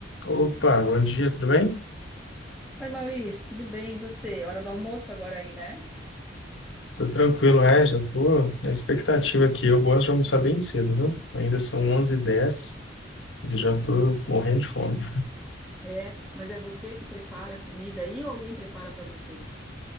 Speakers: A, on the left; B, in the centre.
A: Opa, bom dia, tudo bem?
B: Oi, Maurício, tudo bem? E você? Hora do almoço agora aí, né?
A: Tô tranquilo, é, já tô na expectativa aqui. Eu gosto de almoçar bem cedo, viu? Ainda são onze h 10 e já tô morrendo de fome.
B: É, mas é você que prepara a comida aí ou alguém prepara para você?